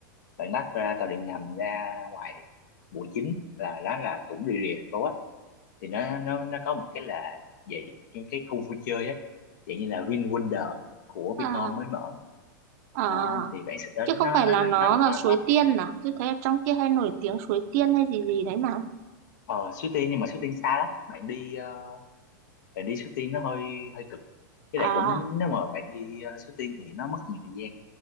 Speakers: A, on the left (about 65°); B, on the right (about 55°).
A: bạn bắt ra tàu điện ngầm ra ngoài quận chín là đó là cũng rì rì thành phố á thì nó nó nó có một cái là về cái cái khu vui chơi á dạng như là Vin Wonder của
B: à,
A: Vinhome mới mở
B: à.
A: đó thì bạn sẽ tới
B: Chứ
A: đó nó
B: không phải
A: nó
B: là
A: nó
B: nó
A: nó
B: là
A: nó, nó
B: Suối Tiên à? Tôi thấy ở trong kia hay nổi tiếng Suối Tiên hay gì gì đấy mà.
A: ờ Suối Tiên nhưng mà Suối Tiên xa lắm bạn đi ờ, bạn đi Suối Tiên nó hơi hơi cực với
B: À,
A: lại cũng nếu mà bạn đi uh, Suối Tiên thì nó mất nhiều thời gian